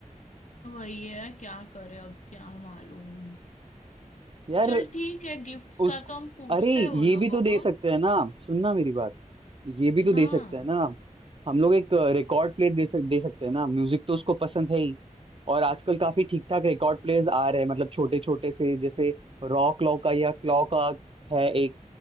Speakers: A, on the left (about 60°); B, on the right (about 40°).
A: वही है क्या करे अब क्या मालूम
B: यार
A: चल ठीक है गिफ्ट्स
B: उस
A: का तो हम पूछते
B: अरे ये
A: हैं वो
B: भी
A: लोगों
B: तो दे
A: को
B: सकते हैं ना सुनना मेरी बात ये भी तो
A: हाँ
B: दे सकते हैं ना हम हम लोग एक रिकॉर्ड प्लेयर दे सक दे सकते हैं ना म्यूजिक तो उसको पसंद है ही और आजकल काफी ठीक ठाक रिकॉर्ड प्लेयर्स आ रहे हैं मतलब छोटे छोटे से जैसे रॉ क्लॉ का या क्लॉ का है एक